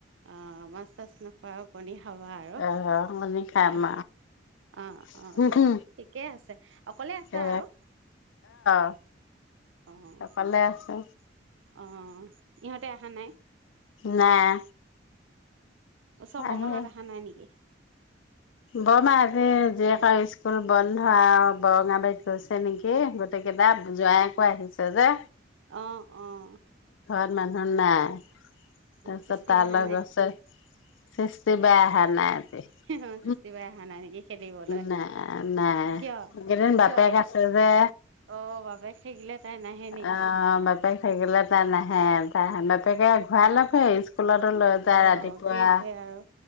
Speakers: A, on the right; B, on the left.
A: অ মাছ-চাছ নোখোৱাও কণী খাবা আৰু
B: অ কণী খাম
A: অ অ
B: আৰু
A: অ ঠিকেই আছে। অকলে আছা
B: এ
A: আৰু
B: অ <inaudible>
A: অহ--অহ
B: অকলে আছো
A: ইহঁতে অহা নাই
B: নাই।
A: অ সব অহামাহত
B: আহি
A: অহা নাই নেকি?
B: বৰমা আছে। জীয়েক স্কুল বন্ধ আৰু বৰঙা বাৰীত গৈছে নেকি গোটেই কেইটা জোৱাইয়েকো আহিছে। তেন্তে
A: অহ অহ
B: মানুহ নাই। তাৰপিছত
A: সৃষ্টি
B: তালৈ
A: অহা নাই
B: গৈছে। সৃষ্টি বেয়া হ মে <inaudible>
A: অ
B: <inaudible>
A: সৃষ্টি বাই অহা নাই নেকি খেলিবলৈ
B: নাই নাই
A: কিয়
B: এইকেইদিন বাপেক
A: কিয়
B: আছে যে,
A: অ বাপেক থাকিলে তাই নাহে নেকি
B: অঁ বাপেক থাকিলে তাই নাহে। তাই তাকে ঘুৰাই লৈ হে স্কুলতো লৈ যায়
A: অ
B: ৰাতিপুৱা,
A: ঘূৰি ফুৰে আৰু